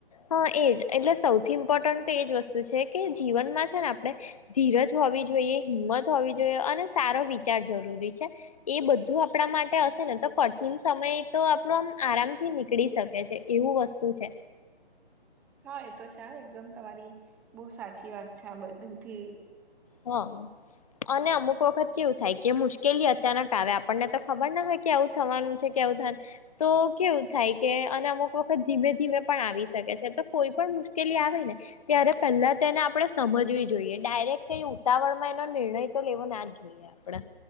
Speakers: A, on the left; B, in the centre.
A: હા એજ એટલે સૌથી ઇમ્પોર્ટન્ટ તો એજ વસ્તુ છે કે જીવનમાં છે ને આપણે ધીરજ હોવી જોઈએ હિંમત હોવી જોઈએ અને સારો વિચાર જરૂરી છે. એ બધું આપણા માટે હશે ને તો કઠિન સમય તો આપણો આમ આરામથી નીકળી શકે છે. એવું વસ્તુ છે.
B: હા એ તો છે એકદમ તમારી બહું સાચી વાત છે આ બધી
A: હા. અને અમુક વખત કેવું થાય કે મુશ્કેલી અચાનક આવે આપણને તો ખબર ના હોય આવું થવાનું છે કે આવું થવાનું તો કેવું થાય કે અને અમુક વખત ધીમે ધીમે પણ આવી શકે છે તો કોઈ પણ મુશ્કેલી આવે ને ત્યારે પેલા તેને આપણે સમજવી જોઈએ. ડાયરેક્ટ કઈ ઉતાવળમાં એનો નિર્ણય તો લેવો ના જ જોઈએ આપણેે.